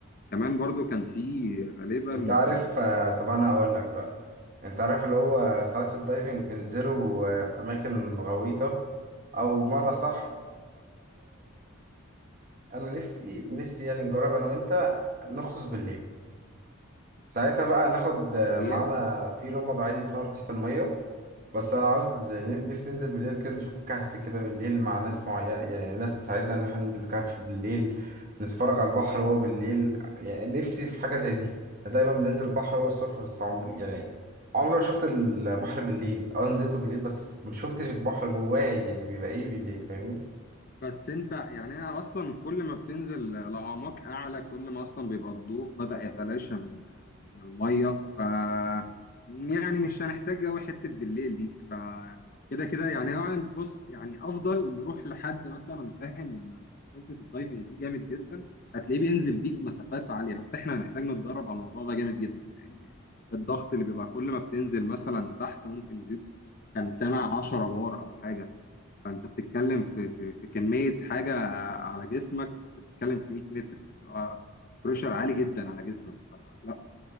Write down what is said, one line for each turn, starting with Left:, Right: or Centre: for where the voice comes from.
Left: كمان برضو كان في غالبا
Right: انت عارف آه، طب أنا أقول لك بقى انت عارف اللي هو ساعات في الدايفنج بينزلوا آه، في أماكن غويطة أو بمعنى صح انا نفسي نفسي يعني نجرب انا وانت نغطس بالليل ساعتها بقى ناخد آه، معانا
Left: آه،
Right: في لمبة عادي بتنور تحت المية بس انا عاوز ن- نفسي ننزل بالليل كده نشوف كهف كده بالليل مع ناس معينة يعني ناس تساعدنا ان احنا ننزل كهف بالليل نتفرج على البحر وهو بالليل يعني نفسي في حاجة زي دي أنا دايما بنزل البحر وهو الصبح بس عمري يعني عمري ما شفت البحر بالليل اه نزلته بالليل بس ما شفتش البحر جواه يعني بيبقى ايه بالليل فاهمني
Left: بس انت يعني انا اصلا كل ما بتنزل لأعماق اعلى كل ما اصلا بيبقى الضوء بدأ يتلاشى من من المية ف يعني مش هنحتاج قوي حتة بالليل دي ف كده كده يعني طبعاً بص يعني افضل نروح لحد مثلا فاهم في حتة الدايفنج دي جامد جدا هتلاقيه بينزل بيك مسافات عالية بس احنا هنحتاج نتدرب على الموضوع ده جامد جدا لان الضغط اللي بيبقى كل ما بتنزل مثلا تحت ممكن يزيد كان سامع 10 بار او حاجة فانت بتتكلم في في في كميه حاجه على جسمك انت بتتكلم في 100 متر اللي هو بريشر عالي جدا على جسمك فلا